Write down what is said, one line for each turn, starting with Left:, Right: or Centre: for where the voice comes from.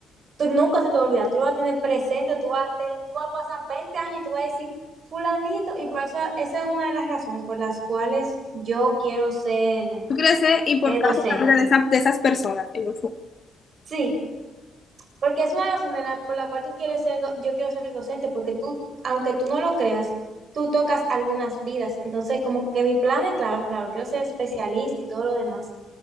Right: tú nunca se te olvida, tú lo vas a tener presente, tú vas a, te- tú vas a pasar 20 años y tú vas a decir, fulanito, y por eso esa es una de las razones por las cuales yo quiero ser
Left: Tú quieres ser importante
Right: eh, docente.
Left: en la vida de, esa- de esas personas en el futuro.
Right: Sí, Porque es una razón de la- por la cual tú quieres ser, do- yo quiero ser docente, porque tú, aunque tú no lo creas, tú tocas algunas vidas. Entonces, como que mi plan es, claro, claro, quiero ser especialista y todo lo demás,